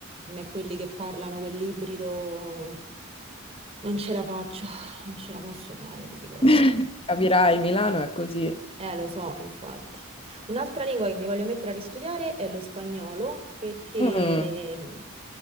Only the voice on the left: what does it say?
<laughs>
Capirai, Milano è così.
Mm.